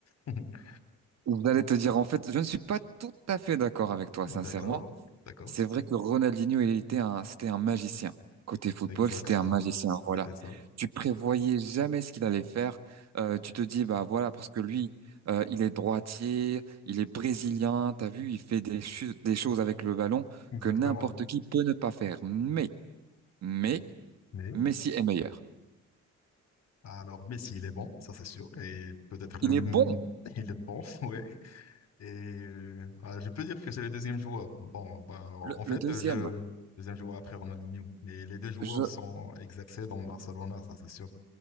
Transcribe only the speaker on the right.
Vous allez te dire, en fait, je ne suis pas tout à fait d'accord avec toi,
sincèrement.
C'est vrai
que Ronaldinho, il était un, c'était un magicien. Côté football,
c'était un magicien.
Voilà.
Tu prévoyais jamais ce qu'il allait faire. Euh, tu te dis, bah voilà, parce que lui, euh, il est droitier, il est brésilien. T'as vu, il fait des, chu- des choses avec le ballon
que n'importe qui peut ne pas faire. Mais, mais,
Messi est meilleur.
Il
est bon.
Le,
le deuxième,
je,